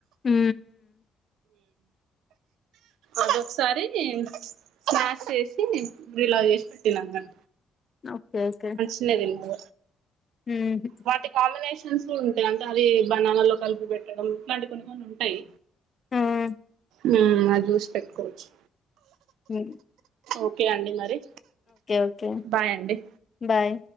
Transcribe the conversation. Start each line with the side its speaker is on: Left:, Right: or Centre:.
Left: మ్
Right: అదొకసారి స్నాక్స్ చేసి ఇలా చేసిపెట్టిందనమాట
Left: ఓకే ఓకే
Right: అట్లే తింది
Left: మ్ హూ
Right: వాటి కాంబినేషన్స్ ఉంటాయి అంటే అది బనానా లో కలిపి పెట్టడం ఇట్లాంటి కొన్ని కొన్ని ఉంటాయి
Left: మ్
Right: మ్ అది చూసి పెట్కోవచ్చు
Left: మ్
Right: ఓకే అండి మరి
Left: ఓకే.
Right: బాయ్ అండి
Left: బాయ్